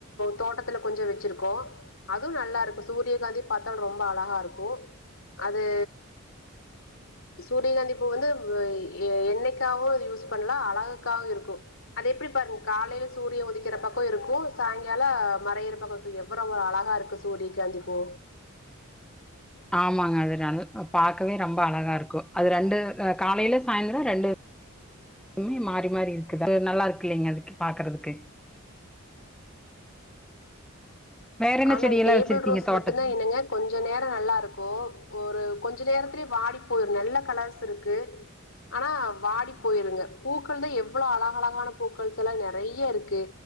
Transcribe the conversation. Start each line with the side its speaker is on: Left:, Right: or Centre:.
Left: தோட்டத்துல கொஞ்சோ வச்சிருக்கோ அதுவு நல்லா இருக்கு சூரியகாந்தி பாத்தாலு ரொம்ப அழகா இருக்கு அது சூரியகாந்திப்பூ வந்து எ எண்ணைக்காவு அது யூஸ் பண்ணலா அழகுக்காவு இருக்கு, அது எப்டி பாருங்க காலையில சூரிய உதிக்கிற பக்கோ இருக்கு சாயங்கால மறையிர பக்கோ எவ்வர ஒரு அழகா இருக்கு சூரிய காந்திப் பூ
Centre: ஆமாங்க அது நல் பாக்கவே ரொம்ப அழகா இருக்கு, அது ரெண்டு காலையில சாய்ந்தர ரெண்டு மே மாறி மாறி இருக்கு அது நல்லா இருக்கு இல்லலைங்க அதுக்கு பாக்குறதுக்கு வேற என்ன
Left: ஆனா
Centre: செடியெல்லா
Left: டேபிள்
Centre: வச்சிருக்கீங்க
Left: ரோஸ்
Centre: தோட்டத்துல
Left: மட்டுந்தா என்னங்க கொஞ்ச நேர நல்லா இருக்கு ஒரு கொஞ்ச நேரத்துலயே வாடி போயிரு நல்ல கலர்ஸ் இருக்கு ஆனா வாடி போயிருங்க பூக்கள்தா எவ்வளோ அழகு அழகான பூக்கள்ஸ் எல்லா நெறைய இருக்கு